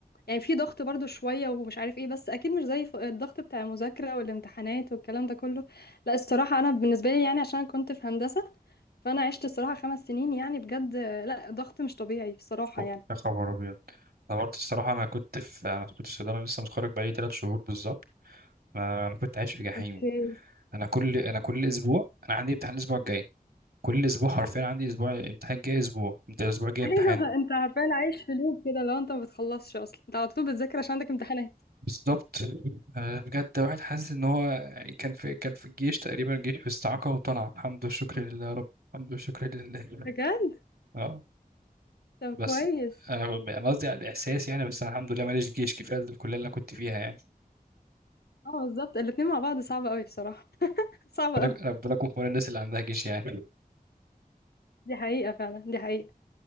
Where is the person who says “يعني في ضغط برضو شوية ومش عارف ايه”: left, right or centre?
Left